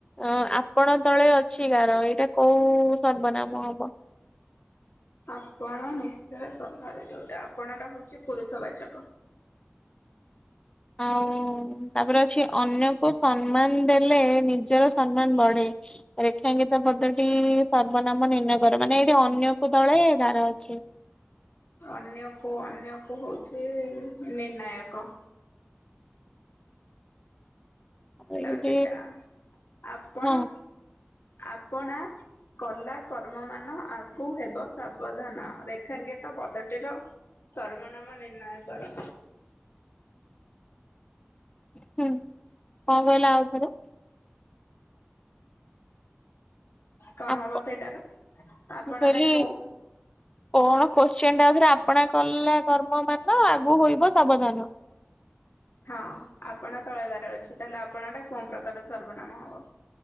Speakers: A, on the left; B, on the left.
A: ଅ ଆପଣ ତଳେ ଅଛି ଗାର ଏଇଟା କୋଉ ସର୍ବନାମ ହବ।
B: ଆପଣ ନିଶ୍ଚୟ ସଭାରେ ଯୋଉଟା ଆପଣଟା ହଉଛି ପୁରୁଷ ବାଚକ।
A: ଆଉ ତାପରେ ଅଛି ଅନ୍ୟକୁ ସମ୍ମାନ ଦେଲେ ନିଜର ସମ୍ମାନ ବଢେ। ରେଖାଙ୍କିିତ ପଦଟି ସର୍ବନାମ ନିର୍ଣ୍ଣୟକର ମାନେ ଏଇଠି ଅନ୍ୟକୁ ତଳେ ଗାରଅଛି।
B: ଅନ୍ୟକୁ ଅନ୍ୟକୁ ହଉଛି ନିର୍ଣ୍ଣାୟକ।
A: ଏମିତି
B: ତାପରେ ଦେଇଛି ଆ ଆପଣ
A: ହଁ
B: ଆପଣା କଲା କର୍ମ ମାନ ଆଗୁ ହେବ ସାବଧାନ ରେଖାଙ୍କିତ ପଦଟିର ସର୍ବନାମ ନିର୍ଣ୍ଣୟକର।
A: ହୁଁ। କଣ କହିଲ ଆଉ ଥରେ।
B: କଣ
A: ଆପ
B: ହବ ସେଇଟାର ଆପଣ
A: ମୁଁ କହିଲି
B: ଟା କେଉ
A: କଣ କୋଶ୍ଚିନ୍ ଟା ଆଉଥରେ ଆପଣା କଲା କର୍ମ ମାନ ଆଗୁ ହୋଇବ ସାବଧାନ।
B: ହଁ ଆପଣା ତଳେ ଗାର ଅଛି ତାହେଲେ ଆପଣ ଟା କୋଉ ପ୍ରକାର ସର୍ବନାମ ହବ।